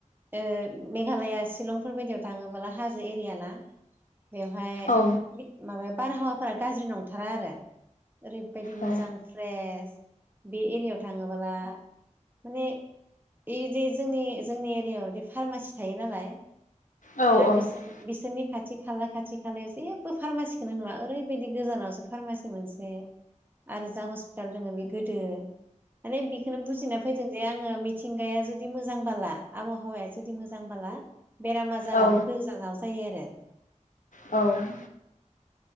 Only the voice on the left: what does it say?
औ
औ
औ
औ
औ औ